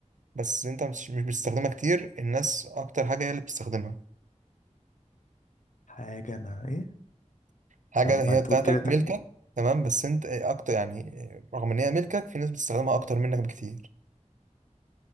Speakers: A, on the right; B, on the left.
A: بس انت مش مش بتستخدمها كتير الناس اكتر حاجة هي اللي بتستخدمها
B: حاجة انا ايه
A: حاجة
B: طب ما
A: هي
B: تقول
A: بتاعتك
B: كده تاني
A: ملكك تمام بس انت اكتر يعني رغم ان هي ملكك في ناس بتستخدمها اكتر منك بكتير